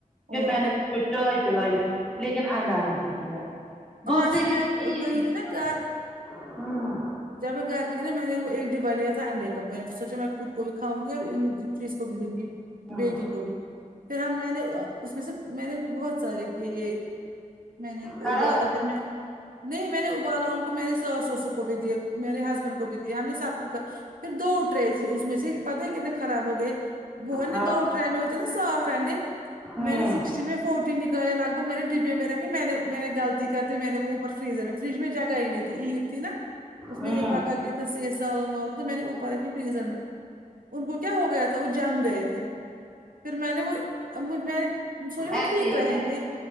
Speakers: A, in the centre; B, on the right (about 80°).
A: پھر
B: اور
A: میں نے
B: کیا
A: اس کو چائے پلائی لیکن انڈا نہیں دیا دوسرے
B: اور سے
A: دن
B: میں
A: پھر
B: گئی
A: نکلا
B: تھی نا گھر
A: ہاں
B: جب میں گھر گئی نا میں نے وہ ایک ڈبا لیا تھا انڈے ک میں نے سوچا میں خود کو بھی کھاؤ گی اور ان چیز کو بھی دوں گی
A: ہوں
B: بیریی گوبھی پھر ہم میں نے اس میں سے میں نے بہت سارے کی یہ میں نے ان کو
A: خراب
B: ابالا پھر میں نہیں میں نے ابالا ان کو میں نے ساس سسر کو بھی دیا میرے ہسبینڈ کو بھی دیا ہم نے ساب کو پھر دو ٹرے رہے تھی اس میں سے پتا کتنے خراب ہو گئے وہ ہے نا
A: ہاں
B: دو ٹرائ میں ہوتے نا ساٹ انڈے
A: ہوں
B: میں نے سکسٹی میں فوٹٹی نکلے لگ بگ میں نے ڈبے میں رکھی میرا کہ میں نے میں نے غط کر دی م میں نے وہ اوپ فریزر میں فریج میں جگہ ہی نہیں تھی عید تھی نا اس میں
A: ہوں
B: یہ پکا کے س سالن ولن تو میں نے اوپر رکھی فریزر میں ان کو کیا ہو گیا تھا وہ جم گئے تھے پھر میں نے وہ میں نے سوچا وہ
A: ایسے
B: ٹھیک
A: ہی
B: رہیں گے